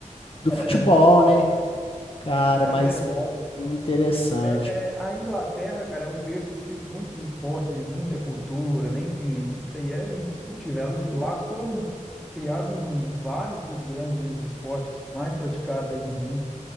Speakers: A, on the left; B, in the centre.
A: do
B: É,
A: futebol, né? Cara,
B: é
A: mas
B: verdade.
A: interessante.
B: É, é, a Inglaterra, cara, é um berço de muitos esportes, de muita cultura, né? Enfim, isso aí é indiscutível. Ela- Lá foram criados vários dos grandes esportes mais praticados aí no mundo.